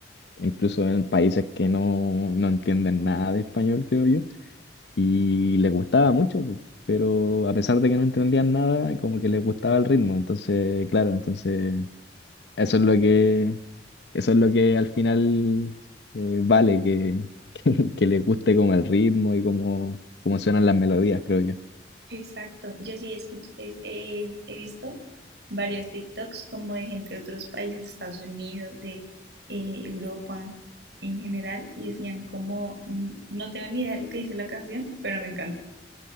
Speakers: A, on the left; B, on the right.
A: incluso en países que no, no entienden nada de español, creo yo, y les gustaba mucho, pues, pero a pesar de que no entendían nada, como que les gustaba el ritmo. Entonces, claro, entonces eso es lo que, eso es lo que al final eh, vale, que, <laughs> que, les guste como el ritmo y como, como suenan las melodías, creo yo.
B: Exacto, yo sí escuch- es- eh, he visto varios TikToks como de gente de otros países, Estados Unidos, de eh, Europa en general, y decían como, "Mm, no tengo ni idea de lo que dice la canción, pero me encanta.